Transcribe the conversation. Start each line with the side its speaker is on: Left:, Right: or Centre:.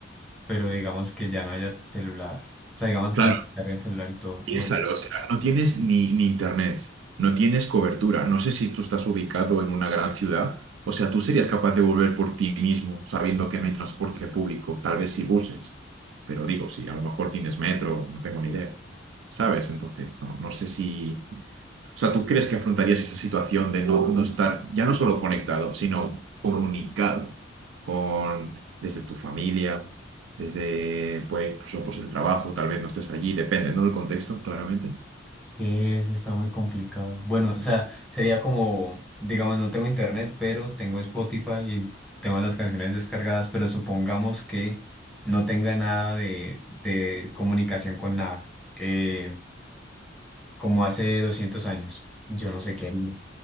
Centre: pero digamos que ya no haya celular. O sea, digamos
Right: Claro,
Centre: que se nos cargue el celular y todo.
Right: piénsalo,
Centre: Bueno,
Right: o sea, no tienes ni, ni internet, no tienes cobertura, no sé si tú estás ubicado en una gran ciudad, o sea, tú serías capaz de volver por ti mismo sabiendo que no hay transporte público, tal vez si buses, pero digo, si a lo mejor tienes metro, no tengo ni idea, ¿sabes? Entonces, no, no sé si o sea, ¿tú crees que afrontarías esa situación de no, no estar ya no solo conectado, sino comunicado con desde tu familia, desde pues, incluso pues, el trabajo, tal vez no estés allí, depende, ¿no? Del contexto, claramente.
Centre: que eso está muy complicado. Bueno, o sea, sería como, digamos, no tengo internet, pero tengo Spotify y tengo las canciones descargadas, pero supongamos que no tenga nada de, de comunicación con nada, eh, como hace 200 años. Yo no sé qué haría.